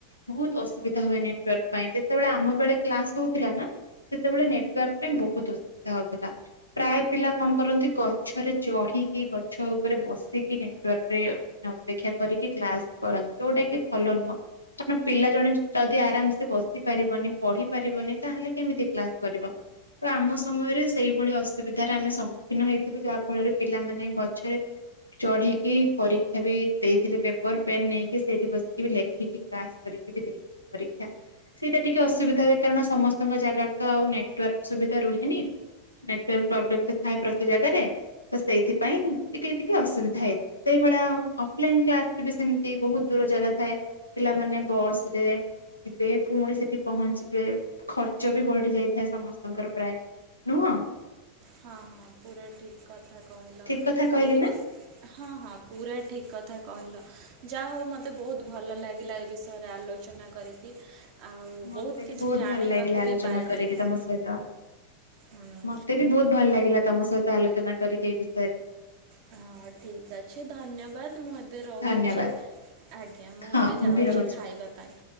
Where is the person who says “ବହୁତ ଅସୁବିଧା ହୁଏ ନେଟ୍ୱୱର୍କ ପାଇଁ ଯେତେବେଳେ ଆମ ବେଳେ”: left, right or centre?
Left